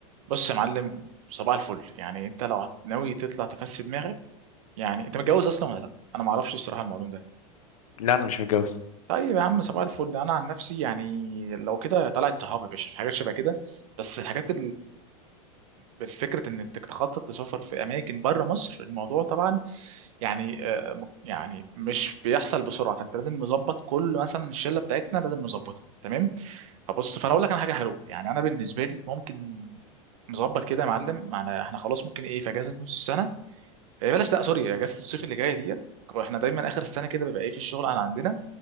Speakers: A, on the right; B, on the left.
A: بص يا معلم صباح الفل يعني انت لو هت- ناوي تطلع تفسد دماغك يعني انت متجوز اصلا ولا لا انا ما اعرفش الصراحه الموضوع ده
B: لا انا مش متجوز
A: طيب يا عم صباح الفل انا عن نفسي يعني لو كده طلعت صحابي يا باشا في حاجات شبه كده بس الحاجات بالفكرة انك تخطط لسفر في اماكن بره مصر الموضوع طبعا يعني آه، م- يعني مش بيحصل بسرعة فانت لازم مظبط كل مثلا الشلة بتاعتنا لازم مظبطها تمام فبص فانا اقول لك انا حاجة حلوة يعني انا بالنسبة لي ممكن نظبط كده يا معلم معنا احنا خلاص ممكن ايه في اجازة نص السنة إيه بلاش لا سوري اجازة الصيف اللي جاية ديت واحنا دايما اخر السنة كده بيبقى ايه في الشغل انا عندنا